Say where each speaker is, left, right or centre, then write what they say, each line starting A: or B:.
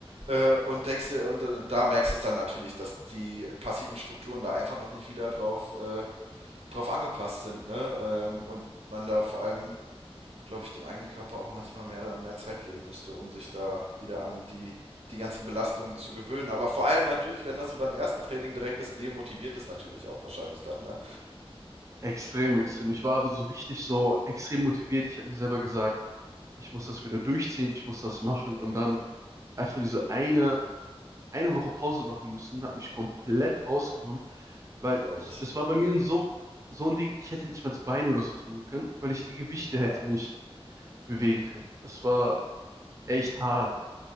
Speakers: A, on the right (about 85°); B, on the right (about 30°).
A: äh, und denkst dir, und äh, da merkst du es dann natürlich, dass die passiven Strukturen da einfach noch nicht wieder drauf, äh, drauf angepasst sind, ne? Ähm, und man da vor allem, glaube ich, dem eigenen Körper auch manchmal mehr, mehr Zeit geben müsste, um sich da wieder an die, die ganzen Belastungen zu gewöhnen. Aber vor allem natürlich, wenn das so beim ersten Training direkt ist, demotiviert es natürlich auch wahrscheinlich dann, ne?
B: Extrem, extrem. Ich war aber so richtig so extrem motiviert. Ich habe mir selber gesagt, ich muss das wieder durchziehen, ich muss das machen und dann einfach diese eine, eine Woche Pause machen müssen, hat mich komplett rausgenommen, weil
A: Glaube
B: ich,
A: ich.
B: das war bei mir so, so ein Ding, ich hätte nicht mal das Bein oder so trainieren können, weil ich die Gewichte
A: Ja.
B: hätte nicht bewegen können. Das war echt hart.